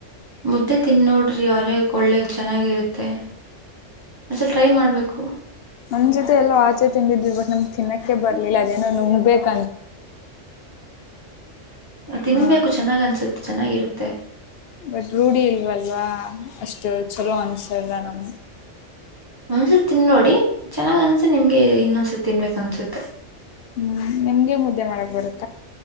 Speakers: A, on the right; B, on the left.
A: ಮುದ್ದೆ ತಿನ್ ನೋಡ್ರಿ ಯಾರೇ ಒಳ್ಳೆ ಚೆನ್ನಾಗಿರುತ್ತೆ ಒಂದ್ಸಲ ಟ್ರೈ ಮಾಡ್ಬೇಕು
B: ನನ್್ ಜೊತೆ ಎಲ್ಲೋ ಆಚೆ ತಿನ್ದಿದ್ವಿ ಬಟ್ ನಮ್ ತಿನ್ನಕ್ಕೆ ಬರ್ಲಿಲ್ಲ ಅದೇನೋ ನುಂಗ್ಬ್ಬೇಕು
A: ತಿನ್ಬೇಕು
B: ಹ
A: ಚೆನ್ನಾಗ್ ಅನ್ಸುತ್ತೆ ಚೆನ್ನಾಗಿರುತ್ತೆ
B: ಬಟ್ ರೂಢಿ ಇಲ್ವಲ್ಲ ಅಲ್ವಾ ಅಷ್ಟು ಚಲೋ ಅನ್ಸಲ್ಲ ನಮ್
A: ಒಂದ್ಸತ್ ನೋಡಿ ಚೆನ್ನ್ ಅನ್ಸೆ ನಿಮ್ಗೆ ಇನ್ನನ್ಸೆ ತಿನ್ಬೇಕ ಅನ್ಸುತ್ತೆ
B: ಹ್ಮ್ ನಿಮ್ಗೆ ಮುದ್ದೆ ಮಾಡಕ್ ಬರುತ್ತೆ